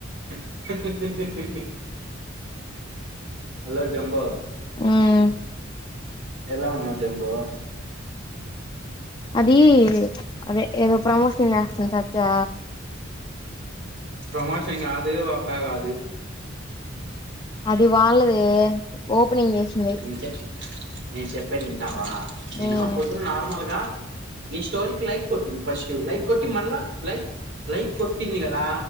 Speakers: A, on the right; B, on the left.
A: స స హలో జంబో
B: ఆమ్
A: ఎలా ఉన్నా జంబో
B: అది అదే ఏదో ప్రమోషన్ చేస్తోంది సత్య
A: ప్రమోషన్ ఎం కాదు వాక్క కాదు
B: అది వాళ్ళ దే దే ఓపెనింగ్ చేసింది
A: ఇంకే నేను చెప్పేది వింటావా నేను
B: ఉమ్
A: పోద్దున్నా నార్మల్ గా నీ స్టోరీకి లైక్ కొట్టింది ఫస్ట్ లైక్ కొట్టి మళ్ళా లైక్ లైక్ కొట్టింది కదా